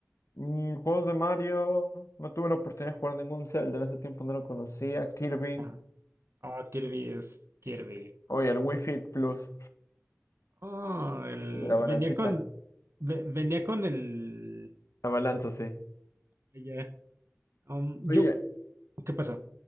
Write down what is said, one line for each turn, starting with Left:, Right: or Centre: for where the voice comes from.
Left: Mm, juegos de Mario. No tuve la oportunidad de jugar ningún Zelda. En ese tiempo no lo conocía. Kirby.
Right: Ah, ah, Kirby es Kirby.
Left: Oye, el Wii Fit Plus.
Right: Oh, el,
Left: De la balancita.
Right: venía con, ve- venía con el,
Left: La balanza, sí.
Right: ya, um, yo,
Left: Oye,
Right: ¿qué pasó?